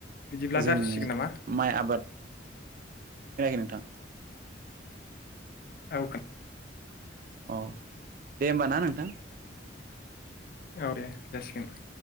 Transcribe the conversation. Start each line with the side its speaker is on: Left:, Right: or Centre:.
Left: बिदिब्ला
Right: जों
Left: जाथ'सिगोन नामा
Right: माइ आबाद। खोनायाखै नोंथां।
Left: औ।
Right: अ दे होमबा ना नोंथां।
Left: औ दे जासिगोन।